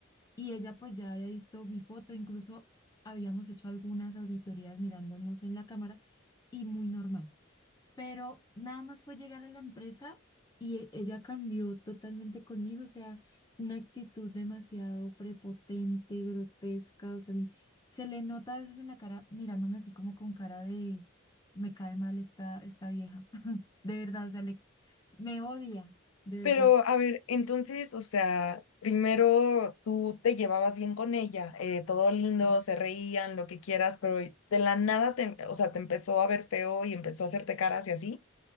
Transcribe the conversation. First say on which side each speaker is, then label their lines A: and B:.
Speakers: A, on the left; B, on the left.
A: y ella pues ya había visto mi foto, incluso habíamos hecho algunas auditorías mirándonos en la cámara y muy normal. Pero nada más fue llegar a la empresa y e- ella cambió totalmente conmigo, o sea, una actitud demasiado prepotente, grotesca, o sea, m- se le nota a veces en la cara mirándome así como con cara de me cae mal esta, esta vieja, <laughs> de verdad, o sea, le, me odia, de verdad.
B: Pero, a ver, entonces, o sea, primero tú te llevabas bien con ella, eh, todo lindo,
A: Sí.
B: se reían, lo que quieras, pero de la nada te, o sea, te empezó a ver feo y empezó a hacerte caras y así.